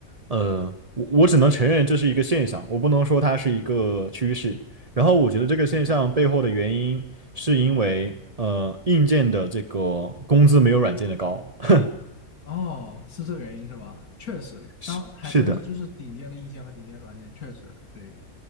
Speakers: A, on the right (about 30°); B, on the left (about 85°).
A: 呃，我我只能承认这是一个现象，我不能说它是一个趋势。然后我觉得这个现象背后的原因是因为，
B: 嗯。
A: 呃，硬件的这个工资没有软件的高。<laughs>
B: 哦，是这个原因是吧？确实，
A: 是是的，
B: 当还真是就是顶尖的硬件和顶尖软件，确实得